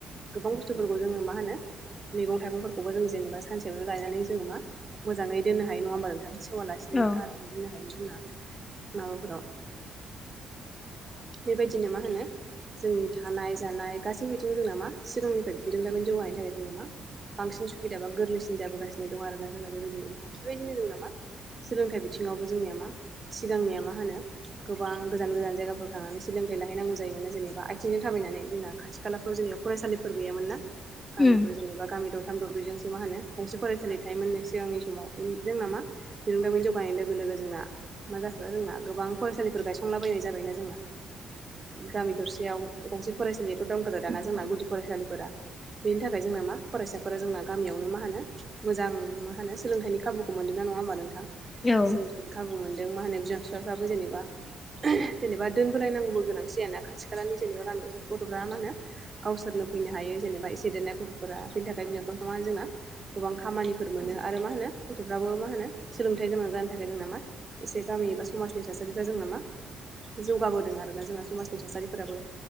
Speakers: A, on the right; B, on the left.
A: गोबां बुस्थुफोरखौ जोङो मा होनो। मैं थाइगंफोरखौबो जों जेनबा सानसेयावनो लायनानै जोङ मोजाङै दोननो हायो नङा होनबा नोंथांखौ। हेवालासिनो
B: औ
A: आरामै दोननो हायो जोंहा माबाफोराव। बेबायदिनो मा होनो जोंनि थानाय जानाय गासैबो बिथिं जों नामा सिगांनिफ्राय बिरुंदामिन जौगानायनि थाखाय जों नामा बांसिन सुबिदा बा गोरलैसिन जाबोगासिनो दं आर ना जोंना बेबायदिनो मा बेबायदिनो जों नामा। सोलोंथाइ बिथिङावबो जोंनिया मा सिगांनिया मा होनो। गोबां गोजान गोजान जायगाफोराव थांनानै सोलोंथाइ लाहैनांगौ जायोमोनो जेनेबा आथिंजों थाबायनानै जोंना खाथि‌। खाथि खालाफ्राव जेनेबा फरायसालिफोर गैयोन ना गामिफ्राव
B: उम
A: जेनेबा। गामि दरथाम दरब्रैजोंसो मा होनो गंसे फरायसालि थायोमोननो सिगांनि समाव जोंना मा। बििरुंदामि जगानाय लोगो लोगो जोंना मा जाखो जोंना गोबां फरायसालिफोर गायसंलाबायनाय जाबायना जोंना। गामि दरसेयाव गंसे फरायसालियाथ' दंदारो दाना जोंना गुदि फरायसालिफोरा बेनि थाखाय जोंना मा फरायसाफोरा जोंना गामियावनो मा होनो। मोजां मा होनो सोलोंथाइनि खाबुखौ मोनदोंना नङा होमबा नोंथां
B: औ
A: सोलोंथाइनि खाबु मोनदों। मा होनो बिमा बिफाफ्राबो जेनेबा जेनेबा दोनबोोलायनांगौबो गोनांथि जाना खाथि खालानि जेनेबा गामियाव गथ'फ्रा मा होनो? गावसोरनो फैनो हायो जेनेबा एसे देरनाय गथ'फोरा बेनि थाखाय बिमा बिफ मानो जोंना। गोबां खामानिफोर मोनो आरो मा होनो गथ'फ्राबो मा होनो सोलोंथाइ गोनां जानो थाखाय जोंना मा। एसे गामि एबा समाजनि थासारिफ्रा जोंना मा एसे जौगाबोदों आर ना जोंना समाजनि थासारिफोराबो।